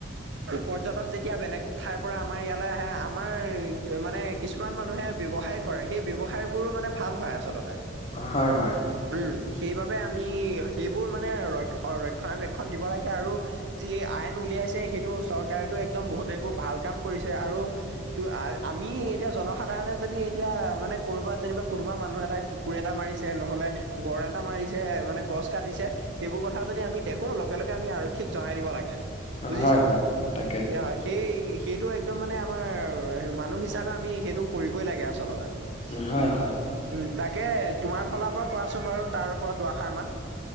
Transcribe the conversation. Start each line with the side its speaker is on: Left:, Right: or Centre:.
Right: পৰ্যটক যেতিয়া বেলেগ ঠাইৰ পৰা আমাৰ ইয়ালৈ আহে আমাৰ মানে কিছুমান মানুহে ব্যৱসায় কৰে সেই ব্যৱসায়বোৰো মানে ভাল হয় আচলতে।
Left: হয় হয়।
Right: উম, সেইবাবে আমি সেইবোৰ মানে ৰ ৰক্ষণাবেক্ষণ দিব লাগে আৰু যি আইন উলিয়াইছে সেইটো চৰকাৰেতো একদম বহুত সেইবোৰ ভাল কাম কৰিছে আৰু ত আমি এতিয়া জনসাধাৰণে যদি এতিয়া মানে কৰ'বাত যেনিবা কোনোবা মানুহ এটা কুকুৰ এটা মাৰিছে নহলে গড় এটা মাৰিছে যে মানে গছ কাটিছে সেইবোৰ কথা যদি আমি দেখো লগে লগে আমি আৰক্ষীক জনাই দিব লাগে বুজিছা,
Left: হয় হয় তাকে
Right: কি হয় সেই সেইটো একদম মানে আমাৰ মানুহ হিচাপে আমি সেইটো কৰিবই লাগে আচলতে।
Left: হয়
Right: উম
Left: হয়
Right: উম তাকে তোমাৰ ফালাৰ পৰা কোৱাচোন বাৰু তাৰ ওপৰত দুআষাৰ মান।